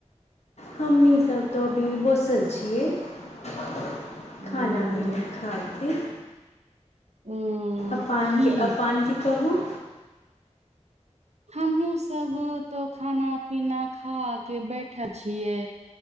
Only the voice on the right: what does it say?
ओ
ओ
ठीक
हमहु सब त खाना पीना खा के बैठल छियै।